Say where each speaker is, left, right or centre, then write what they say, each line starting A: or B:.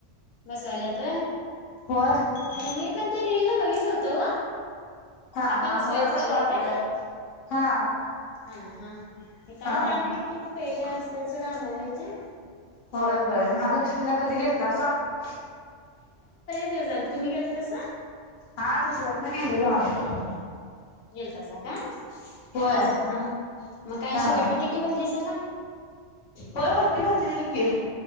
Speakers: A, on the left (about 70°); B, on the left (about 85°).
A: बसवाल्यात व
B: होय
A: मी पण ते रेल ला बघितल होतं
B: हा
A: आता
B: हा
A: बसवायच
B: होय बसवा
A: चालूय
B: लागल्यात
A: का ते
B: हा
A: हा हा काय
B: हा
A: दानपिट्टत पेंशै असते सड आंबाबाईच्या
B: होय होय महालक्ष्मीला कधी गेलता सांग
A: लय दिवस झाले तुम्ही गेलतास
B: हा दसरात नाहीलेलो आम पण
A: येलतासा का
B: होय
A: हा हा मग काय अशी
B: हा
A: वटी बिटी भरली सग
B: हो वटती भरलेली की